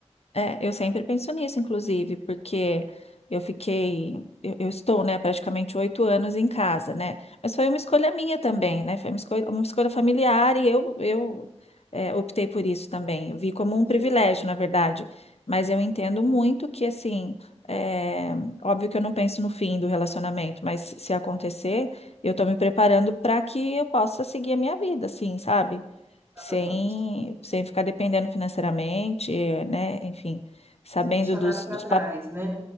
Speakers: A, on the left; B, on the right.
A: É, eu sempre penso nisso, inclusive, porque eu fiquei, eu, eu estou, né, praticamente oito anos em casa, né? Mas foi uma escolha minha também, né? Foi uma escolha, uma escolha familiar e eu, eu é, optei por isso também. Eu vi como um
B: Sim.
A: privilégio, na verdade. Mas eu entendo muito que, assim, é, óbvio que eu não penso no fim do relacionamento, mas se acontecer, eu estou me preparando para que eu possa seguir a minha vida, assim, sabe?
B: Exatamente.
A: sem, sem ficar dependendo financeiramente, né? Enfim, sabendo
B: Sem deixar
A: dos,
B: nada pra
A: dos
B: trás,
A: papéis.
B: né?